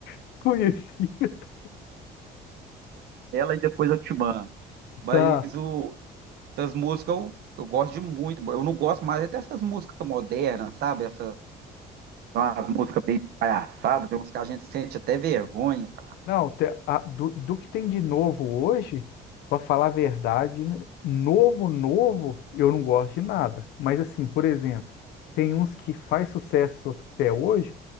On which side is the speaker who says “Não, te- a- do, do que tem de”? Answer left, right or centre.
Left